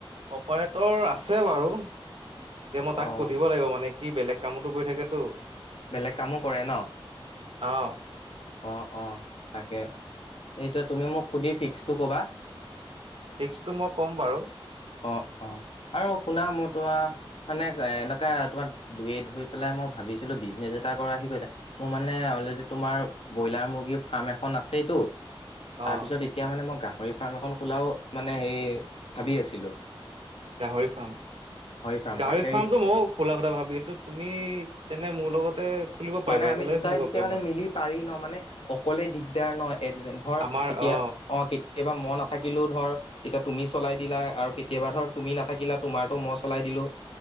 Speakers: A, on the right; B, on the left.
A: অপাৰেটৰ আছে বাৰু। এতিয়া, মই
B: অ'
A: তাক সুধিব লাগিব মানে। সি বেলেগ কামতো গৈ থাকেতো।
B: বেলেগ কামো কৰে ন'?
A: অ'!
B: অ'! অ'! তাকে, এতিয়া তুমি মোক, সুধি ফিক্সটো ক'বা?
A: ফিক্সটো মই ক'ম বাৰু।
B: অ'! অ'! আৰু শুনা! মই তোমাক মানে, এনেকুৱা তোমাৰ, <unintelligible> ধৰি পেলাই মই ভাবিছিলোঁ! বিজনেছ এটা কৰা আহি <unintelligible> মোৰ মানে, অলৰেডি তোমাৰ ব্ৰইলাৰ, মুৰ্গীৰ, ফাৰ্ম এখন আছেইতো। তাৰপিছত
A: অ
B: এতিয়া মানে, মই গাহৰি ফাৰ্ম এখন খোলাও মানে, হেৰি ভাবি আছিলোঁ!
A: গাহৰি ফাৰ্ম,
B: ফাৰ্ম
A: গাহৰি
B: তাকে
A: ফাৰ্মটো মইও খোলা কথা ভাবি আছোঁ! তুমি তেনে, মোৰ লগতে খুলিব পাৰিবা
B: মানে, আমি
A: একেলগে
B: দুটাই
A: খুলিব
B: তেতিয়াহ'লে
A: পাৰিম আমি
B: মিলি পাৰি ন'! মানে অকলে দিগদাৰ ন'! এ, ধৰ
A: আমাৰ
B: কেতিয়া,
A: অ
B: অ'! কেতিয়াবা, মই নাথাকিলেও ধৰ তেতিয়া তুমি চলাই দিলা আৰু কেতিয়াবা ধৰ, তুমি নাথাকিলা? তোমাৰতো মই চলাই দিলোঁ।